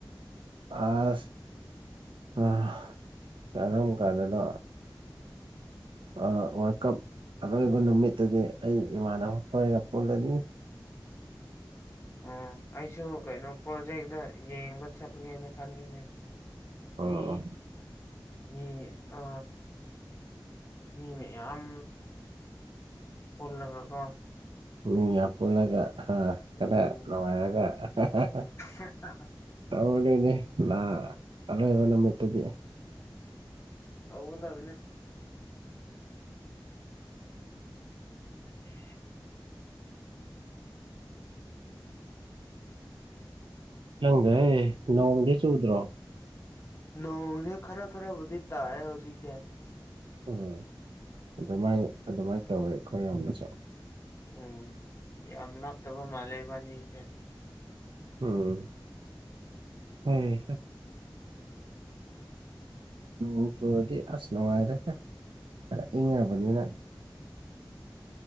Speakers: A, on the right; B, on the left.
A: ꯑꯁ ꯑ ꯀꯔꯝ ꯀꯥꯟꯗꯅꯣ ꯑ ꯋꯥꯔꯜ ꯀꯞ ꯑꯔꯣꯏꯕ ꯅꯨꯃꯤꯠꯇꯗꯤ ꯑꯩ ꯏꯃꯥꯟꯅꯕ ꯈꯣꯏꯒ ꯄꯨꯜꯂꯅꯤ
B: ꯎꯝ ꯑꯩꯁꯨ ꯀꯩꯅꯣ ꯄ꯭ꯔꯣꯖꯦꯛꯇ ꯌꯦꯡꯕ ꯆꯠꯂꯨꯒꯦꯅ ꯈꯟꯒꯦꯅ ꯈꯟꯂꯤꯅꯦ
A: ꯑꯣ
B: ꯃꯤ ꯃꯤ ꯑ ꯃꯤ ꯃꯌꯥꯝ ꯄꯨꯜꯂꯒꯀꯣ
A: ꯃꯤ ꯌꯥꯝ ꯄꯨꯜꯂꯒ ꯍꯥ
B: ꯎꯝ
A: ꯈꯔ ꯅꯨꯡꯉꯥꯏꯔꯒ <unintelligible>
B: <unintelligible>
A: ꯇꯧꯔꯣꯏꯅꯦ ꯂ ꯑꯔꯣꯏꯕ ꯅꯨꯃꯤꯠꯇꯗꯤ
B: ꯎꯝ ꯑꯗꯕꯅꯦ ꯑꯗꯨ
A: ꯆꯪꯗ꯭ꯔꯦ ꯅꯣꯡꯗꯤ ꯆꯨꯗ꯭ꯔꯣ
B: ꯅꯣꯡꯅꯦ ꯈꯔ ꯈꯔꯤ ꯇꯥꯏ ꯍꯧꯖꯤꯁꯦ
A: ꯎꯝ ꯑꯗꯨꯃꯥꯏꯅ ꯑꯗꯨꯃꯥꯏꯅ ꯇꯧꯋꯦ ꯑꯩꯈꯣꯏ ꯌꯗꯁꯨ
B: ꯎꯝ ꯌꯥꯝꯂ ꯊꯕ ꯃꯥꯂꯦꯕꯅꯤ ꯀꯦ
A: ꯎꯝ ꯍ ꯅꯣꯡ ꯆꯨꯔꯗꯤ ꯑꯁ ꯅꯨꯡꯉꯥꯏꯔꯦ ꯑꯗ ꯏꯪꯉꯕꯅꯤꯅ